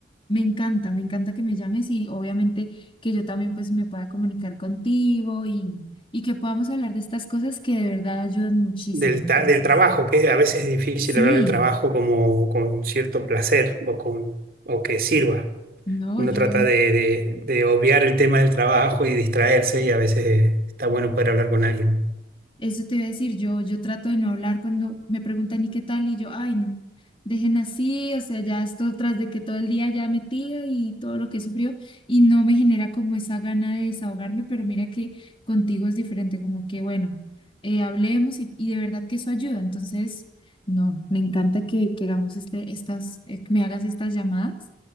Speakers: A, on the left; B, on the right.
A: Me encanta, me encanta que me llames y obviamente que yo también pues me pueda comunicar contigo y, y que podamos hablar de estas cosas que de verdad ayudan muchísimo.
B: del,
A: Entonces,
B: ta- del trabajo, que a veces es difícil
A: sí,
B: hablar del trabajo como con cierto placer o, con, o que sirva.
A: no,
B: Uno
A: yo,
B: trata de, de- de obviar el tema del trabajo y distraerse y a veces está bueno poder hablar con alguien.
A: Eso te iba a decir, yo, yo trato de no hablar cuando me preguntan y qué tal, y yo, ay, no, dejen así, o sea, ya esto tras de que todo el día ya metía y todo lo que sufrió, y no me genera como esa gana de desahogarme, pero mira que contigo es diferente, como que bueno, eh, hablemos y, y de verdad que eso ayuda, entonces, no, me encanta que, que hagamos este, estas, eh, que me hagas estas llamadas,